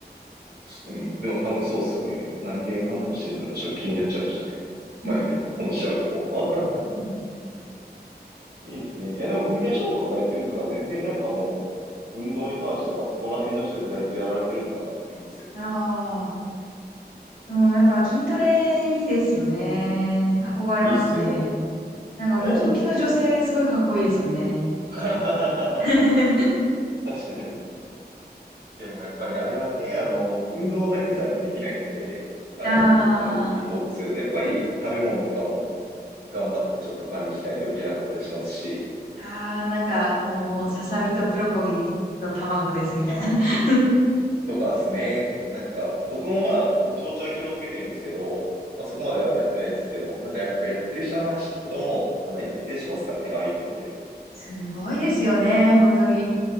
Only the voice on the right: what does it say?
ちょっと、うん、でも多分そうですよね。何で判断してんだろう。
ちょっと気になっちゃいましたね。
まあいいや。今度調べとこう。
いいですね。いや、でも、踏み台昇降とかやってるんだったら、全然なんかもう、運動に関しては、そこら辺の人にだいぶやられてるのかなと思いますよ。
いいっすよ。
お <laughs> 確
かに。でも、やっぱりあれはね、あの、運動だけじゃやっぱできないんで、ああいうとこまで行こうとすると、
やっぱり食べ物とかも頑張ってちょっと管理しないといけなかったりしますし、
とかですね。なんか、僕もまあ、ぼちぼちは気をつけてるんですけど、まあそこまではやってないですけど、なんかやっぱやってる人の話聞くともう、かなり徹底しますからね、ああいうのって。